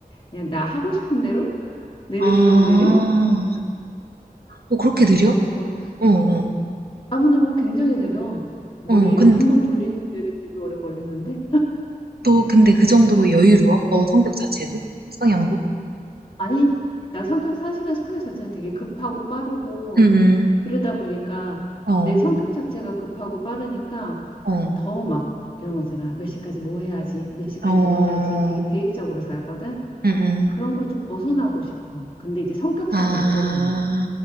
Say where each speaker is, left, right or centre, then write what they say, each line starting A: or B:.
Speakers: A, on the left; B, on the right.
A: 그냥 나 하고 싶은 대로 느릿
B: 아,
A: 느릿
B: 너 그렇게 느려?
A: 그래서
B: 어, 어,
A: 나무늘 보 굉장히 느려 머리
B: 어.
A: 이렇게
B: 근데,
A: 한번 돌리는데도 되게 오래 걸리던데
B: 너 근데 그 정도로 여유로워? 너 성격 자체도? 성향도?
A: 아니 나 성격 사실은 성격 자체는 되게 급하고 빠르고
B: 응, 응.
A: 그러다 보니까
B: 어,
A: 내 성격 자체가 급하고 빠르니까
B: 어,
A: 더 막 이런 거 있잖아 몇 시까지 뭐 해야지 몇 시까지
B: 어.
A: 뭐 해야지 되게 계획적으로 살거든
B: 응, 응.
A: 그런 거 좀 벗어나고 싶어 근데 이제 성격상
B: 아,
A: 못 벗어나